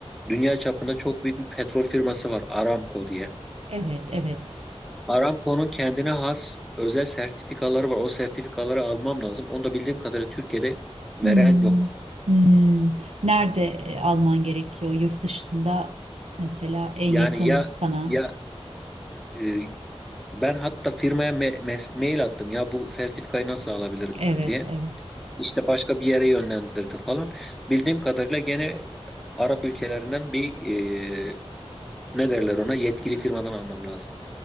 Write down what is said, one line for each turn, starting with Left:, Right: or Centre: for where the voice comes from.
Centre: dünya çapında çok büyük bir petrol firması var Aramco diye.
Right: Evet, evet.
Centre: Aramco'nun kendine has özel sertifikaları var. O sertifikaları almam lazım. Onu da bildiğim kadarıyla Türkiye'de veren
Right: Hmm.
Centre: yok.
Right: Hmm. Nerede e, alman gerekiyor? Yurt dışında mesela en
Centre: Yani
Right: yakın
Centre: ya
Right: sana.
Centre: ya e, ben hatta firmaya me- mes- mail attım ya bu sertifikayı nasıl alabilirim
Right: Evet,
Centre: diye.
Right: evet.
Centre: işte başka bir yere yönlendirdi falan. Bildiğim kadarıyla gene Arap ülkelerinden bir e, ne derler ona yetkili firmadan almam lazım.